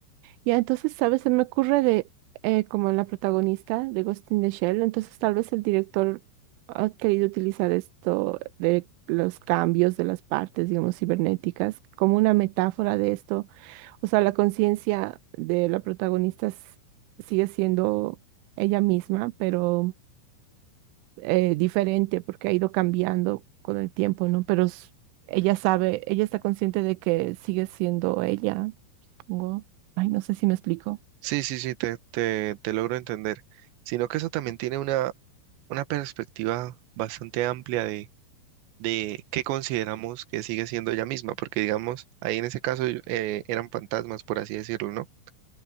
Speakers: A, on the right; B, on the right.
A: Ya, entonces, ¿sabes? Se me ocurre de eh, como la protagonista de Ghost in the Shell, entonces tal vez el director ha querido utilizar esto de los cambios de las partes, digamos, cibernéticas, como una metáfora de esto. O sea, la conciencia de la protagonista s- sigue siendo ella misma, pero eh, diferente porque ha ido cambiando con el tiempo, ¿no? Pero s- ella sabe, ella está consciente de que sigue siendo ella. Supongo. Ay, no sé si me explico.
B: Sí, sí, sí, te, te, te logro entender. Sino que eso también tiene una, una perspectiva bastante amplia de, de qué consideramos que sigue siendo ella misma, porque digamos, ahí en ese caso eh, eran fantasmas, por así decirlo, ¿no?